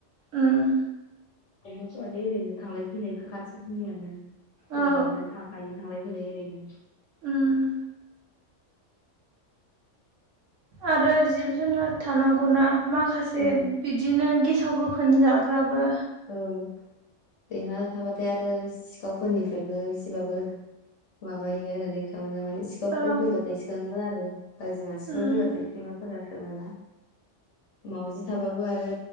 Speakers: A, on the right; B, on the left.
A: उम
B: अमाफोरालाय ओरैनो थांलाय फैलाय खा खाथिफोरनियानो
A: औ
B: दैमाया थाखायो थांलाय फैलाय ओरैनो
A: ओम आरो जिब जुनार थानांगौना माखासे
B: ओं
A: बिदिनो गेस गेसाव गोफोन जाग्राबो
B: ओं सैमा थाबाथाय आरो सिखावफोरनिफ्रायबो एसेबाबो माबायो आरो रैखा मोनो माने सिखावफोर
A: औ
B: फैबाथाय सोङो आरो गाज्रि मानसिफोर
A: उम
B: फैबाथाय सैमाफोरा जोंङो ना मावजि थाबाबो आरो